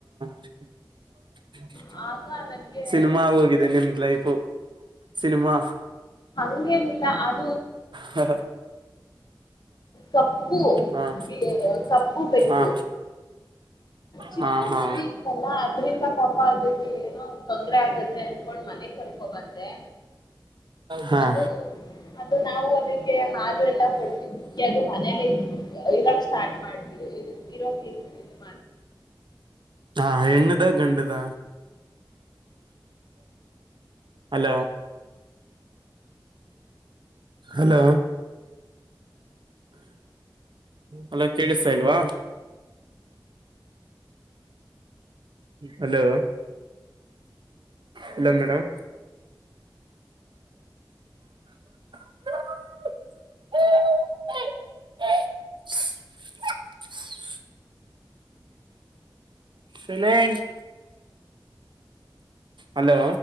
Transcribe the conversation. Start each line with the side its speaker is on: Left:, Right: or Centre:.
Right: <inaudible>
Left: ಹಾ ಆಗ ನನ್ಗೆ
Right: ಸಿನಿಮಾ ಆಗೋಗಿದೆ ನಿಮ್ದ್ ಲೈಫು ಸಿನಿಮಾ
Left: ಹಂಗೆನಿಲ್ಲ ಅದ್
Right: ಹ
Left: ಕಪ್ಪು
Right: ಹಾ
Left: ಬಿ ಕಪ್ಪು ಬೆಕ್ಕು ಚಿಕ್ಕು
Right: ಹಾ ಹಾ ಹಾ
Left: ಮರಿ ಇತ್ತಲ್ಲ ಅದ್ರಿಂದ ಪಾಪ ಅದಕ್ಕೆ ಏನೋ ತೊಂದ್ರ ಆಗುತ್ತೆ ಅನ್ಕೊಂಡ್ ಮನೆ ಕರ್ಕೊ ಬಂದೆ
Right: ಹಾ
Left: ಅದು
Right: ಹಾ
Left: ಅ ನಾವು ಅದಕ್ಕೆ ಹಾಲು ಎಲ್ಲ ಕೊಡ್ತಿದಿಕ್ಕೆ ಅದು ಮನೇಲೆ ಇದು ಇರೋಕ್ ಸ್ ಸ್ಟಾರ್ಟ್ ಮಾಡ್ಬಿಡಿ ಇ ಇರೋಕ ಇರ್ ಇದು
Right: ಹಾ ಹೆಣ್ಣದ ಗಂಡದ ಅಲ ಹಲೋ ಹಲೋ ಕೇಳಿಸ್ತಾ ಇಲ್ವಾ ಹಲೋ ಹಲೋ ಮೇಡಂ <inaudible> ಸಲೆಂಟ್ ಹಲೋ